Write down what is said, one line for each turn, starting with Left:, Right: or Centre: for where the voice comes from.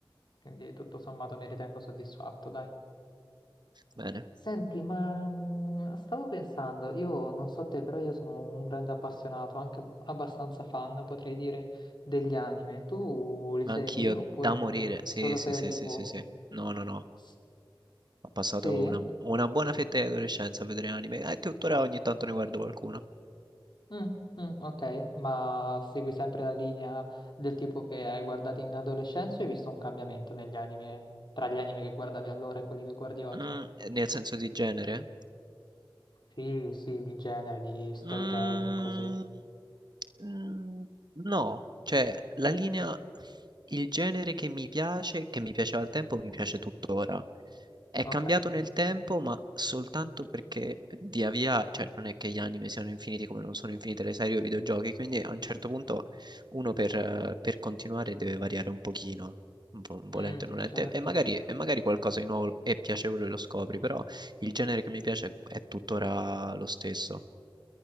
Left: quindi tutto sommato mi ritengo soddisfatto, dai.
Right: Bene,
Left: Senti, ma mh, stavo pensando, io non so te, però io sono un grande appassionato, anche abbastanza fan, potrei dire, degli anime. Tu li
Right: anch'io
Left: segui oppure
Right: da morire.
Left: solo
Right: Sì, sì,
Left: serie
Right: sì,
Left: TV?
Right: sì, sì, sì. No, no, no.
Left: S-
Right: Ho passato
Left: Sì?
Right: una, una buona fetta di adolescenza a vedere anime e tuttora ogni tanto ne guardo qualcuno.
Left: Mm, mm, ok, ma segui sempre la linea del tipo che hai guardato in adolescenza o hai visto un cambiamento negli anime, tra gli anime che guardavi allora e quelli che guardi oggi?
Right: Mm, nel senso di genere?
Left: Sì, sì, di genere, di storytelling,
Right: Mm,
Left: così.
Right: Mm, No, cioè la linea, il genere che mi piace, che mi piaceva al tempo, mi piace tuttora. È
Left: Ok.
Right: cambiato nel tempo, ma soltanto perché eh, via via, cioè non è che gli anime siano infiniti come non sono infinite le serie o i videogiochi, quindi a un certo punto uno per, eh, per continuare deve variare un pochino, vo- volente
Left: Mm,
Right: o nolente,
Left: certo.
Right: e magari, e magari qualcosa di nuovo e piacevole lo scopri, però il genere che mi piace è tuttora lo stesso.